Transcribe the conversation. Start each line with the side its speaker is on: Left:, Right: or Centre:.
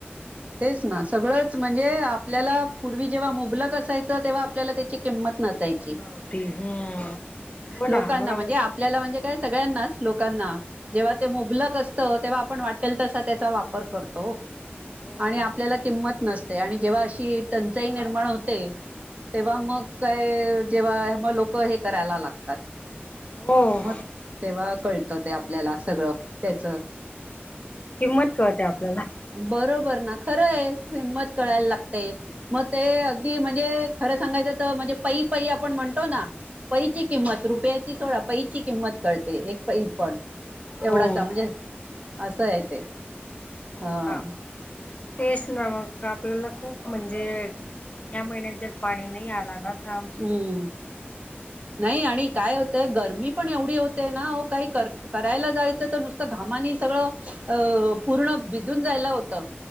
Right: तेच ना सगळंच म्हणजे आपल्याला पूर्वी जेव्हा मुबलक असायचं तेव्हा आपल्याला त्याची किंमत नसायची
Left: नव्हती हम्म हो ना
Right: लोकांना
Left: बरोबर
Right: म्हणजे आपल्याला म्हणजे काय सगळ्यांनाच. लोकांना
Left: हो
Right: जेव्हा ते मुलक
Left: ना
Right: असत तेव्हा आप पण वाटेल तसा त्याचा वापर करतो.
Left: हो
Right: आणि आपल्याला किंमत नसते आणि जेव्हा अशी टंचाई निर्माण होते. तेव्हा
Left: हो
Right: मग काय? तेव्हा म लोक हे करायला लागतात.
Left: हो
Right: म तेव्हा कळत ते आपल्याला सगळं त्याच.
Left: किंमत कळते आपल्याला
Right: बरोबर ना खरंय किंमत कळायला लागतेय. मग ते अगदी म्हणजे. खरं सांगायचं तर म्हणजे पई-पई आपण म्हणतो ना.
Left: हम्म
Right: पैची-किंमत रुपयाची. सोडा पैची-किंमत कळते. पैई पण. एवढाच
Left: हो
Right: म्हणजे. असं हाय ते.
Left: हो
Right: हा.
Left: ना तेच ना मग आपल्याला. खूप म्हणजे या महिन्यात जर पाणी नाही आला ना. तर आमची
Right: हम्म.
Left: खूपच
Right: नाही आणि. काय होतय. गरमी पण एवढी होते ना. काही करायला जायचं तर नुसतं घामानी सगळं अ पूर्ण भिजून जायला होतं.